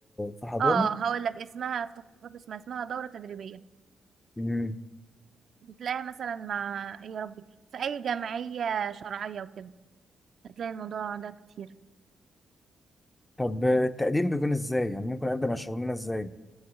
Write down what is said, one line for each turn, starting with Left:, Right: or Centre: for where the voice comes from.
Left: في حضانه
Right: اه هقول لك اسمها افتكرت اسمها اسمها دورة تدريبية
Left: مم.
Right: بتلاقيها مثلا مع ايه يا ربي في اي جمعية شرعية وكده هتلاقي الموضوع ده كتير
Left: طب آه، التقديم بيكون ازاي يعني ممكن اقدم على الشغلانه ازاي